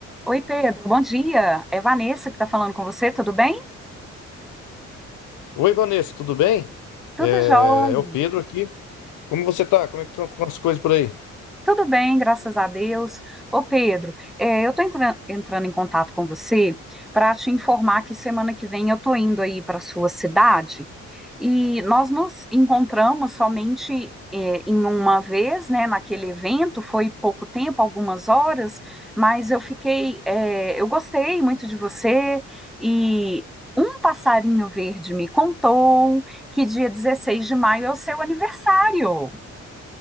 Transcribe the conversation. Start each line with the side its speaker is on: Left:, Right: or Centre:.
Centre: Oi, Pedro, bom dia. É Vanessa que está falando com você, tudo bem?
Left: Oi, Vanessa, tudo bem?
Centre: Tudo
Left: É,
Centre: jóia.
Left: é o Pedro aqui. Como você tá? Como é que estão as coisas por aí?
Centre: Tudo bem, graças a Deus. Ô Pedro, eh, eu estou entrando em contato com você para te informar que semana que vem eu estou indo aí para sua cidade e nós nos encontramos somente eh, em uma vez, né? Naquele evento foi pouco tempo, algumas horas, mas eu fiquei, eh, eu gostei muito de você e um passarinho verde me contou que dia 16 de maio é o seu aniversário.